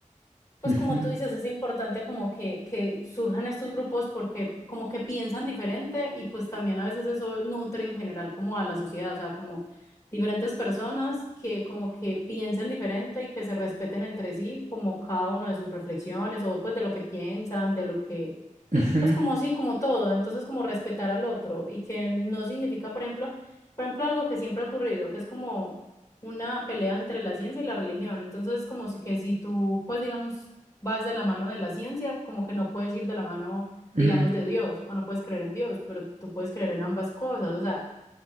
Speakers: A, on the left; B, on the right.
A: Pues
B: Ujú,
A: como tú dices, es importante como que, que surjan estos grupos porque como que piensan diferente y pues también a veces eso nutre en general como a la sociedad, o sea, como diferentes personas que como que piensen diferente y que se respeten entre sí, como cada uno de sus reflexiones o pues de lo que piensan, de lo que
B: ujú,
A: pues como sí, como todo, entonces como respetar al otro y que no significa, por ejemplo, por ejemplo, algo que siempre ha ocurrido, que es como una pelea entre la ciencia y la religión. Entonces, como si que si tú, pues digamos, vas de la mano de la ciencia, como que no puedes ir de la mano,
B: ujú,
A: digamos, de Dios o no puedes creer en Dios, pero tú puedes creer en ambas cosas, o sea,